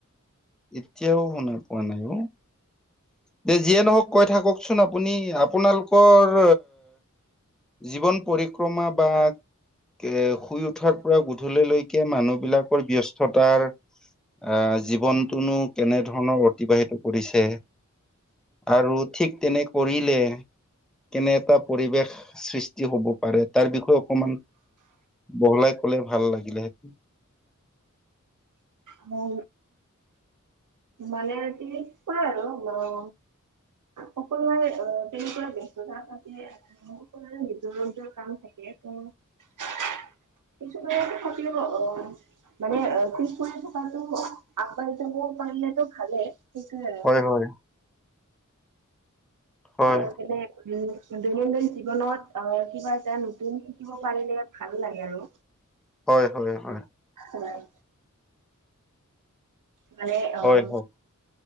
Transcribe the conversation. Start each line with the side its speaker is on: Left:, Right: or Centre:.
Centre: এতিয়াও শুনা পোৱা নাই অ। দে যিয়ে নহওঁক, কৈ থাককচোন আপুনি। আপোনালোকৰ জীৱন পৰিক্ৰমা বা এ শুই উঠাৰ পৰা গধূলিলৈকে মানুহবিলাকৰ ব্যস্ততাৰ আ জীৱনটোনো কেনেধৰণে অতিবাহিত কৰিছে? আৰু ঠিক তেনে কৰিলে কেনে এটা পৰিৱেশ সৃষ্টি হ'ব পাৰে, তাৰ বিষয়ে অকমান বহলাই ক'লে ভাল লাগিলে হেতেন।
Right: মও মানে ৰাতি পায় আৰু মও সকলোৱে অঁ তেনেকুৱা ব্যস্ততা থাকিলে- সকলোৰে নিজৰ নিজৰ কাম থাকে, ত- কিছুমানে তথাপিও অঁ, মানে পিছোৱাই- তাতো আগবাঢ়ি যাব পাৰিলেতো ভালেই। কিন্তু-
Centre: হয় হয় হয়
Right: আৰু এইফালে- উম, দৈনন্দিন জীৱনত আহ্ কিবা এটা নতুন শিকিব পাৰিলে ভাল লাগে আৰু।
Centre: হয় এইফালে হয়।
Right: হলেল- মানে অঁ,
Centre: হয় হয়